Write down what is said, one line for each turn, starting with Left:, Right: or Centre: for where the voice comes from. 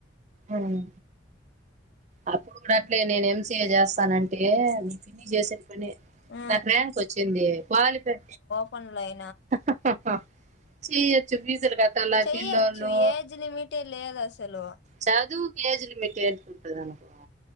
Right: అవును అప్పుడు కూడా అట్లే నేను ఎం సీ ఏ చేస్తానంటే మీ పిన్ని చేసిన పని
Left: ఆ
Right: నాకు ర్యాంక్ వచ్చింది క్వాలిఫై
Left: కొన్లై
Right: హహహ సి హెచ్చు ఫీజులు కట్టాల
Left: చెయ్యొచ్చు
Right: పిళ్ళోళ్ళు
Left: ఏజ్ లిమిటే లేదు అసలు
Right: చదువుకు ఏజ్ లిమిటు ఏంటికి ఉంటుంది అనుకో